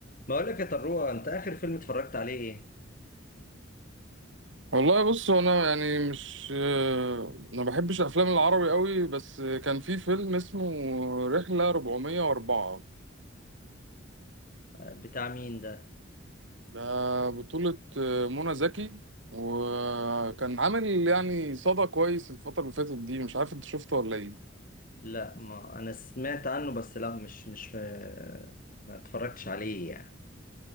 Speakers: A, on the left; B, on the right.
A: بقول لك يا طروه انت اخر فيلم اتفرجت عليه ايه
B: والله بص هو انا يعني مش آه، ما بحبش افلام العربي قوي بس كان في فيلم اسمه رحلة 404
A: آه، بتاع مين ده
B: ده بطولة آه، منى زكي وكان عامل يعني صدى كويس الفترة اللي فاتت دي مش عارف انت شفته ولا ايه
A: لا ما انا سمعت عنه بس لا مش مش آه، ما اتفرجتش عليه يعني